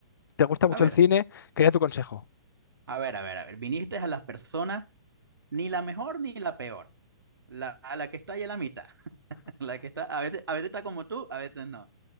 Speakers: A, on the left (about 70°); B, on the right (about 85°).
A: te gusta mucho
B: A ver,
A: el cine, quería tu consejo.
B: a ver, a ver, a ver. Viniste a las personas, ni la mejor ni la peor. La, a la que está ahí en la mitad. <laughs> La que está, a veces, a veces está como tú, a veces no.